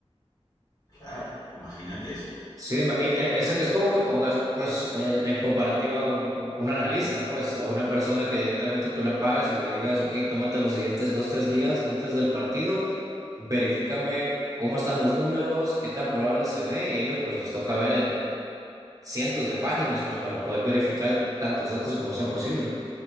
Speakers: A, on the left (about 35°); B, on the right (about 35°).
A: Claro, imagínate eso.
B: Sí, ima- y e- eso que es como que pongas, pues, el- en comparativa a un, un- un analista, pues, a una persona que directamente tú le pagas y le digas, ok, tómate los siguientes dos, tres días antes del partido, verifícame cómo están los números, qué tan probable se ve, y ellos, pues, les toca ver en cientos de páginas, pues, para poder verificar tantos datos como sea posible.